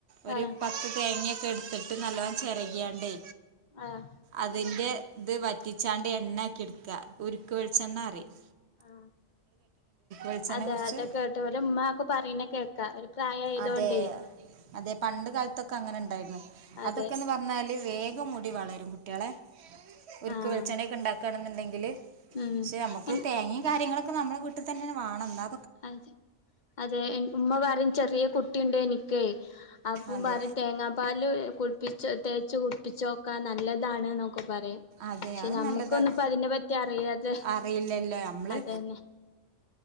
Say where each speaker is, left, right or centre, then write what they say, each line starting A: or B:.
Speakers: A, on the right; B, on the left.
A: ഒരു
B: ആഹ്
A: പത്ത് തേങ്ങയും എടുത്തിട്ട് നല്ലോണം ചിരാകിയണ്ടേ
B: ആഹ്
A: അതിന്റെ- ഇത് വറ്റിച്ചാണ്ട് എണ്ണയാക്കി എടുക്ക ഉരുക്ക് വെളിച്ചെണ്ണ പറയും
B: ആ
A: വെളിച്ചെണ്ണയെ
B: അതെ
A: കുറിച്ച്
B: അതു കേട്ടു ഒരു ഉമ്മാ ഒക്കെ പറയുന്ന കേൾക്കാ ഒരു പ്രായായതുകൊണ്ടേ-
A: അതെ അതെ പണ്ട് കാലത്ത്- ഒക്കെ അങ്ങനെ ഉണ്ടായിരുന്നു
B: അതെ
A: അതൊക്കെന്ന് പറഞ്ഞാല്- വേഗം മുടി വളരും- കുട്ടളെ ഉര്ക്ക്
B: ആഹ്
A: വെള്ളിച്ചെണ്ണക്കെ ഉണ്ടാക്ക ആണെന്നുണ്ടെങ്കില്-
B: ഉം
A: ക്ഷെ നമ്മുക്ക് തേങ്ങയും കാര്യങ്ങള് നമ്മുടെ വീട്ടി തന്നെ ഇത് വാണം എന്ന-
B: അതെ അതെ- എൻറ്റുഉമ്മ പറയും ചെറിയ കുട്ടിണ്ട്ന്ക്കേ അപ്പൊ
A: അതെ
B: പറും തേങ്ങാപ്പാല് കുളിപ്പിച്ചു തേച്ച് കുപ്പിച്ചോക്കാ നല്ലതാണ്ന്നൊക്കെ പറയും
A: അതെ
B: പക്ഷെ
A: അത്
B: നമ്മക്കൊന്നും
A: നല്ലതാ
B: ഇപ്പോ അതിനെ പറ്റി അറിയതെ
A: അറിയില്ലല്ലോ നമ്മള്
B: അതന്നെ-